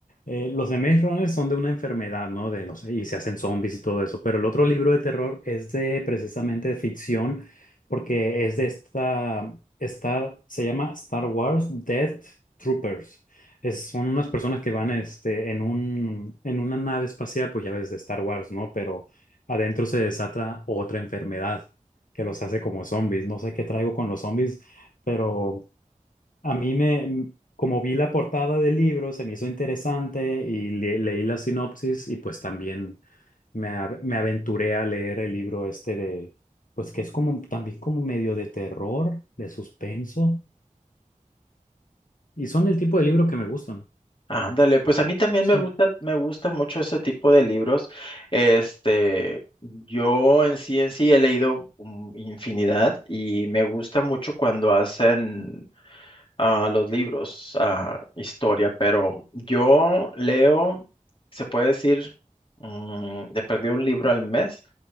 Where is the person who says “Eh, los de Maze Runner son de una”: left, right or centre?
Left